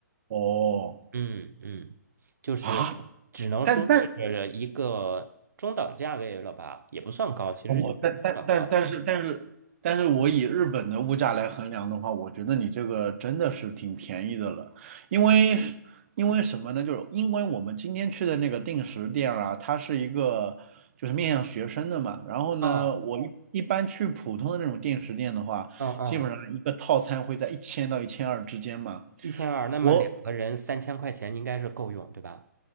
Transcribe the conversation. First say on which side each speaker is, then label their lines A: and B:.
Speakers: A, on the right; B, on the right.
A: 哦，
B: 嗯嗯，就是只能说是一个中等价位了吧，
A: 啊，但但
B: 也不算高，其实就是中等了。
A: 我但但但但是但是但是我以日本的物价来衡量的话，我觉得你这个真的是挺便宜的了，因为因为什么呢？就是因为我们今天去的那个定时店啊，它是一个就是面向学生的嘛，然后呢，
B: 嗯
A: 我一一般去普通的那种定时店的话，
B: 嗯嗯，
A: 基本上一个套餐会在一千到一千二之间嘛。
B: 一千二，那么两个人三千块钱应该是够用，
A: 我
B: 对吧？